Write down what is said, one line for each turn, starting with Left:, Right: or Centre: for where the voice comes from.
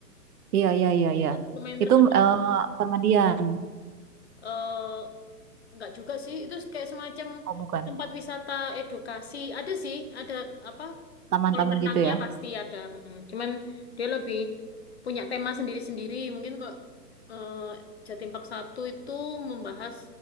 Right: iya, iya, iya, iya.
Left: Itu lumayan
Right: Itu
Left: terkenal
Right: eh, permandian.
Left: eh nggak juga sih, itu kayak semacam
Right: Oh bukan,
Left: tempat wisata edukasi. Ada sih, ada apa?
Right: taman-taman
Left: Kolam renangnya
Right: gitu ya.
Left: pasti ada, mm Cuman dia lebih punya tema sendiri-sendiri. Mungkin kok eh, Jatim Park 1 itu membahas